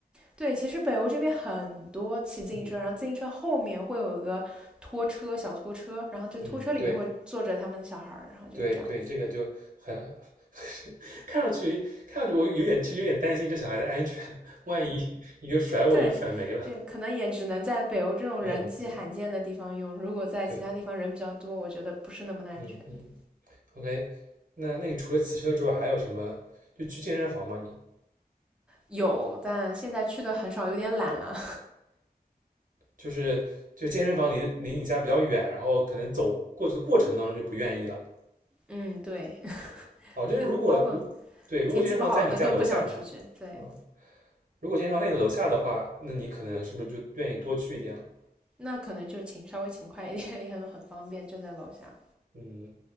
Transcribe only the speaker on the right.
嗯
嗯，对对对，这个就很 <laughs> 看上去看上去我有点其实有点担心这小孩的安全，<laughs> 万一一个甩尾就甩没了。
嗯，对
对，
嗯嗯，OK，那那你除了骑车之外还有什么？就去健身房吗你？
就是就健身房离离你家比较远，然后可能走过去的过程当中就不愿意了。
哦，
就是如果对，如果健身房在你家楼下的话，
啊，如果健身房在你楼下的话，那你可能是不是就愿意多去一点了？
嗯